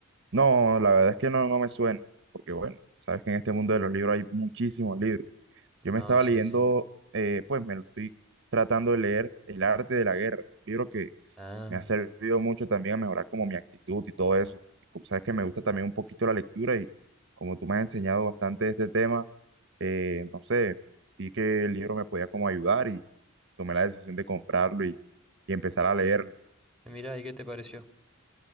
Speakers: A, on the right; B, in the centre.
A: No, la verdad es que no, no me suena, porque bueno, sabes que en este mundo de los libros hay muchísimos libros. Yo me
B: No,
A: estaba
B: sí,
A: leyendo,
B: sí.
A: eh, pues me lo estoy tratando de leer El arte de la guerra, libro que
B: Ah,
A: me ha servido mucho también a mejorar como mi actitud y todo eso. Y como Sabes que me gusta también un poquito la lectura y como tú me has enseñado bastante de este tema, eh, no sé, vi que el libro me podía como ayudar y tomé la decisión de comprarlo y, y empezar a leerlo.
B: mira, ¿y qué te pareció?